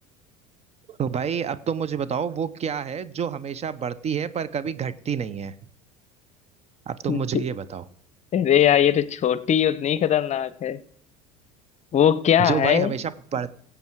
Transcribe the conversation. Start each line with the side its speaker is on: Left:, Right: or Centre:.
Right: तो भाई अब तुम मुझे बताओ वो क्या है जो हमेशा बढ़ती है पर कभी घटती नहीं है अब तुम
Left: ज-
Right: मुझे ये बताओ
Left: अरे यार ये तो छोटी और नहीं खतरनाक है वो क्या
Right: जो
Left: है
Right: भाई हमेशा बढ़